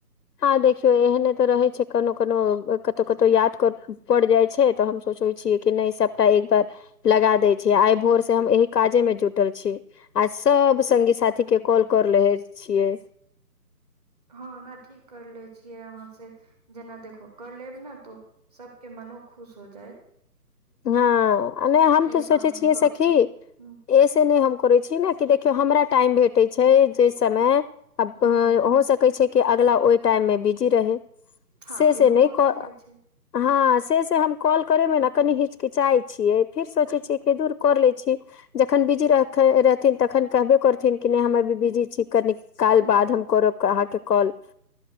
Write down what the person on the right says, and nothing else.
हँ न ठीक कर ले छिय अहाँ से जेना देखो कर लेब ने तो सबके मनो खुश हो जाइत
एहि
बहाने
गपशप
ह
ह ह
हँ इहो
हो
सकै छै
ह